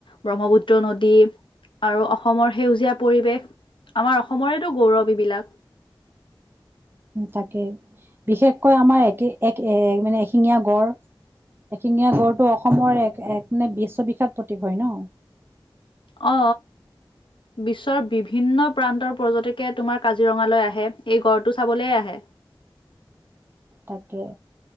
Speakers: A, on the left (about 70°); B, on the right (about 25°).
A: ব্ৰহ্মপুত্ৰ নদী আৰু অসমৰ সেউজীয়া পৰিৱেশ আমাৰ অসমৰেটো গৌৰৱ এইবিলাক।
B: তাকেই বিশেষকৈ আমাৰ একে এক এ মানে এহেঙীয়া গড়। এশিঙীয়া গড়টো অসমৰ এক এক মানে বিশ্ববিখ্যাত প্ৰতীক হয় ন।
A: অ বিশ্বৰ বিভিন্ন প্ৰান্তৰ পৰ্যটকে তোমাৰ কাজিৰঙালৈ আহে এই গড়টো চাবলৈ আহে।
B: তাকে